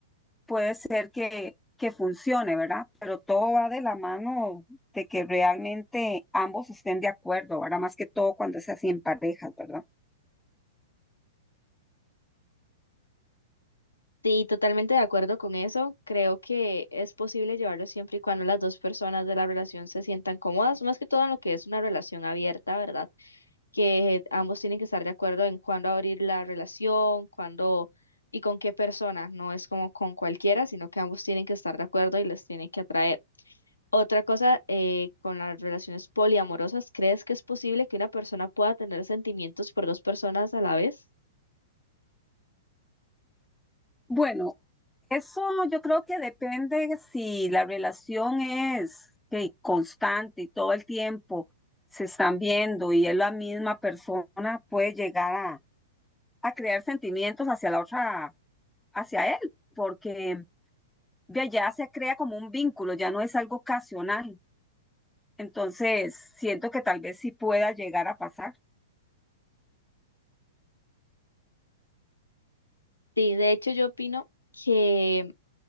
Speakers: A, in the centre; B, on the left.
A: puede ser que, que funcione, ¿verdad? Pero todo va de la mano de que realmente ambos estén de acuerdo, ¿verdad? Más que todo cuando es así en parejas, ¿verdad?
B: Sí, totalmente de acuerdo con eso. Creo que es posible llevarlo siempre y cuando las dos personas de la relación se sientan cómodas, más que todo en lo que es una relación abierta, ¿verdad? Que ambos tienen que estar de acuerdo en cuándo abrir la relación, cuándo y con qué persona. No es como con cualquiera, sino que ambos tienen que estar de acuerdo y les tiene que atraer. Otra cosa, eh, con las relaciones poliamorosas, ¿crees que es posible que una persona pueda tener sentimientos por dos personas a la vez?
A: Bueno, eso yo creo que depende si la relación es que constante y todo el tiempo se están viendo y es la misma persona, puede llegar a a crear sentimientos hacia la otra, hacia él, porque de allá se crea como un vínculo, ya no es algo ocasional. Entonces, siento que tal vez sí pueda llegar a pasar.
B: Sí, de hecho yo opino que